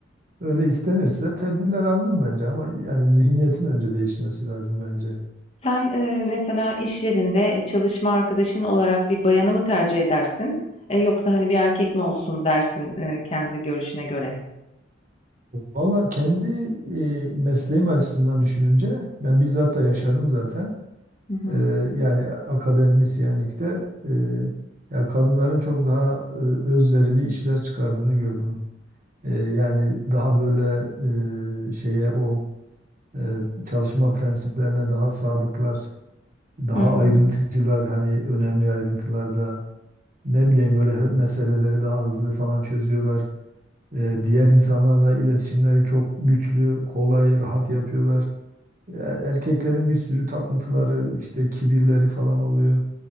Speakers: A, on the right; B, on the left.
A: Öyle istenirse tedbirler alınır bence ama yani zihniyetin önce değişmesi lazım bence.
B: Sen eee, mesela iş yerinde çalışma arkadaşın olarak bir bayanı mı tercih edersin? E, yoksa hani bir erkek mi olsun dersin eee, kendi görüşüne göre?
A: Valla kendi e, mesleğim açısından düşününce ben bizzat da yaşadım zaten.
B: Hı hı.
A: E, yani akademisyenlikte e, ya kadınların çok daha e, özverili işler çıkardığını gördüm. E, yani daha böyle e, şeye o e, çalışma prensiplerine daha sadıklar, daha
B: Hı hı.
A: ayrıntıcılar hani önemli ayrıntılarda ne bileyim böyle hı- meseleleri daha hızlı falan çözüyorlar. E, diğer insanlarla iletişimleri çok güçlü, kolay, rahat yapıyorlar. E, erkeklerin bir sürü takıntıları, işte kibirleri falan oluyor.